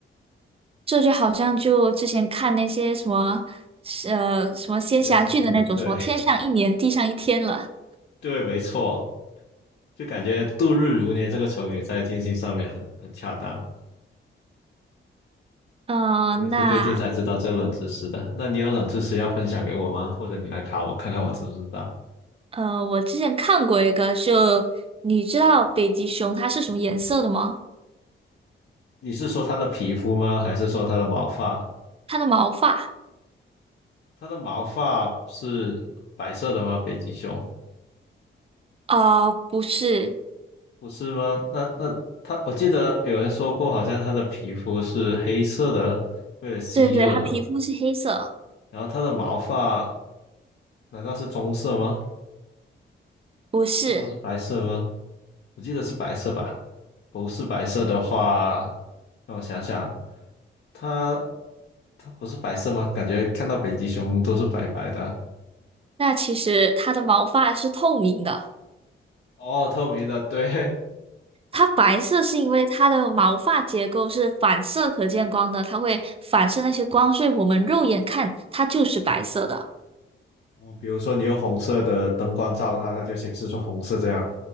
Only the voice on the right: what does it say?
这就好像就之前看那些什么呃什么仙侠剧的那种，
什么天上一年，地上一天了。
呃，
那
呃，我之前看过一个，就你知道北极熊它是什么颜色的吗？
它的毛发，
啊，不是，
对对，它皮肤是黑色，
不是。
那其实它的毛发是透明的，
它白色是因为它的毛发结构是反射可见光的，它会反射那些光，所以我们肉眼看它就是白色的。